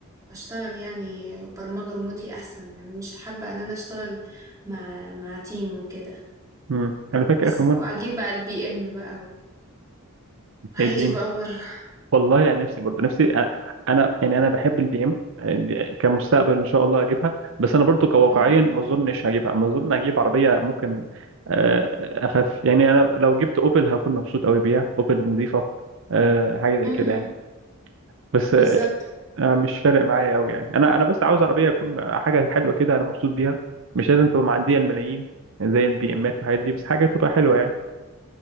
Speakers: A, on the right; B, on the right.
A: اشتغل يعني برمجة ريموتلي احسن يعني مش حابة ان انا اشتغل مع مع تيم وكده
B: امم انا فاكر
A: بس
B: اخر مره
A: واجيب بقى البي ام بقى و- وعيش
B: اديني
A: بقى بره
B: والله يعني نفسي برضه نفسي انا أنا- يعني انا بحب البي ام كمستقبل ان شاء الله اجيبها بس انا برضه كواقعيا
A: مم.
B: ما اظنش هجيبها ما اظن اجيب عربيه ممكن آه، اخف يعني انا لو جبت اوبل هكون مبسوط قوي بيها اوبل نظيفه آه، حاجه زي
A: مم.
B: كده يعني بس آه،
A: بالظبط
B: آه، مش فارق معايا قوي يعني انا انا بس عاوز عربيه تكون حاجه حلوه كده انا مبسوط بيها مش لازم تبقى معديه الملايين زي البي امات والحاجات دي بس حاجه تبقى حلوه يعني